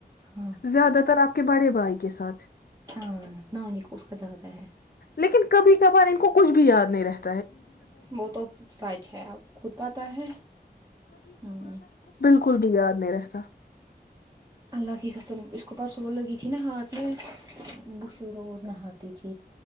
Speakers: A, on the right (about 20°); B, on the left (about 70°).
A: ہاں
B: زیادہ تر آپ کے بڑے بھائی کے ساتھ
A: ہاں نہ نہیں اس کا زیادہ ہے
B: لیکن کبھی کبھار ان کو کچھ بھی یاد نہیں رہے
A: وہ تو سچ ہے آپ خود پاتا ہے ہ
B: کچھ بھی یاد نہیں رہتا
A: اللہ کی قسم اس کو پرسو وہ لگی تھی نا ہاتھ میں بش روز نہ ہاتک